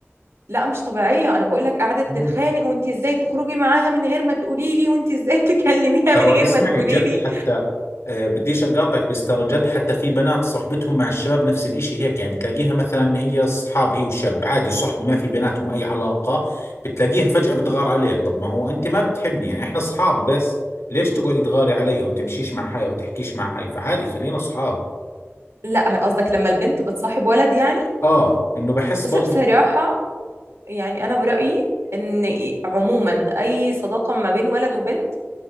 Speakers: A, on the right (about 80°); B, on the left (about 80°).
A: لا مش طبيعية أنا بقولك قعدت
B: مم.
A: تتخانق وأنت إزاي تخرجي معاها من غير ما تقولي لي وأنت إزاي <laughs> تكلميها
B: ترى
A: من غير
B: اسمعي
A: ما تقولي
B: جد
A: لي
B: حتى آه، بديش اقاطعك بس ترى جد حتى في بنات صحبتهم مع الشباب نفس الاشي هيك يعني بتلاقيها مثلا هي اصحاب هي وشاب عادي صحبة ما في بيناتهم اي علاقة بتلاقيها فجأة بتغار عليه طب ما هو انت ما بتحبني يعني احنا اصحاب بس ليش تقعدي تغاري علي او تمشيش مع هاي او تحكيش مع هاي فعادي خلينا اصحاب
A: لا قصدك لما البنت بتصاحب ولد يعني
B: اه انه بحس
A: بصي
B: برضو
A: بصراحة يعني أنا برأيي إن عموما أي صداقة ما بين ولد وبنت